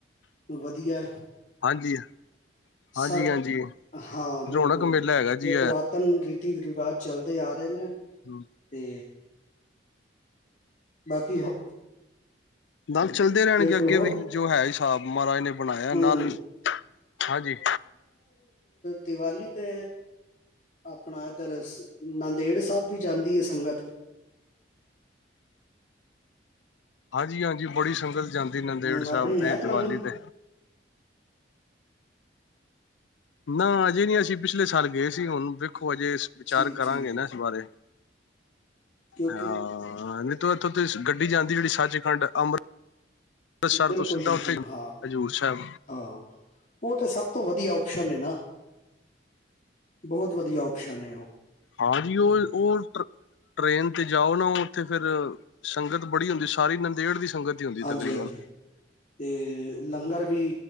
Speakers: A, on the left; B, on the left.
A: ਵਧੀਆ
B: ਹਾਂਜੀ ਹਾਂਜੀ
A: ਸਭ
B: ਹਾਂਜੀ
A: ਹਾਂ ਬਿਲਕੁਲ
B: ਰੌਣਕ ਮੇਲਾ ਹੈਗਾ
A: ਇਹ
B: ਜੀ
A: ਪੁਰਾਤਨ ਰੀਤੀ ਰਿਵਾਜ ਚਲਦੇ ਆ ਰਹੇ ਨੇ
B: ਹਮ
A: ਤੇ ਬਾਕੀ <inaudible>
B: ਨਾਲ ਚੱਲਦੇ ਰਹਿਣਗੇ
A: ਬਿਲਕੁਲ
B: ਅੱਗੇ
A: ਹੋਰ
B: ਵੀ ਜੋ ਹੈ ਹਿਸਾਬ ਮਹਾਰਾਜ ਨੇ ਬਣਾਇਆ
A: ਹੂੰ
B: ਨਾਲ ਹਾਂਜੀ
A: ਦਿਵਾਲੀ ਤੇ ਆਪਣਾ ਇੱਧਰ ਨਾਂਦੇੜ ਸਾਹਿਬ ਵੀ ਜਾਂਦੀ ਹੈ ਸੰਗਤ
B: ਹਾਂਜੀ ਹਾਂਜੀ ਬੜੀ ਸੰਗਤ ਜਾਂਦੀ ਨੰਦੇੜ
A: ਹੂੰ
B: ਸਾਹਿਬ
A: ਆਪਣੀ
B: ਤੇ
A: ਹੈ ਪਲਾਨਿੰਗ
B: ਦੀਵਾਲੀ ਤੇ ਨਾ ਅਜੇ ਨਹੀਂ ਅਸੀਂ ਪਿਛਲੇ ਸਾਲ ਗਏ ਸੀ ਹੁਣ ਵੇਖੋ ਅਜੇ ਵਿਚਾਰ
A: ਠੀਕ
B: ਕਰਾਂਗੇ
A: ਠੀਕ
B: ਨਾ
A: ਹੈ
B: ਇਸ ਬਾਰੇ
A: ਕਿਉਂਕਿ
B: ਹਾਂ ਨਹੀਂ ਤਾਂ ਇੱਥੋਂ ਤੇ ਗੱਡੀ ਜਾਂਦੀ ਜਿਹੜੀ ਸੱਚ ਖੰਡ ਅੰਮ੍ਰਿਤ ਅੰਮ੍ਰਿਤਸਰ
A: ਬਿਲਕੁਲ
B: ਤੋਂ ਸਿੱਧਾ
A: ਬਿਲਕੁਲ
B: ਉੱਥੇ
A: ਹਾਂ
B: ਹਜ਼ੂਰ ਸਾਹਿਬ
A: ਹਾਂ ਉਹ ਤਾਂ ਸਭ ਤੋਂ ਵਧੀਆ ਓਪਸ਼ਨ ਹੈ ਨਾ ਬਹੁਤ ਵਧੀਆ ਓਪਸ਼ਨ ਹੈ ਉਹ
B: ਹਾਂਜੀੀ ਉਹ ਉਹ ਟ੍ਰਰੇਨ ਤੇ ਜਾਓ ਨਾ ਉਹ ਉੱਥੇ ਫੇਿਰ ਸੰਗਤ ਬੜੀ ਹੁੰਦੀ ਸਾਰੀ ਨੰਦੇੜ ਦੀ <unintelligible>
A: ਹਾਂਜੀ
B: ਤਕਰੀਬਨ
A: ਹਾਂਜੀ ਤੇ ਲੰਗਰ ਵੀ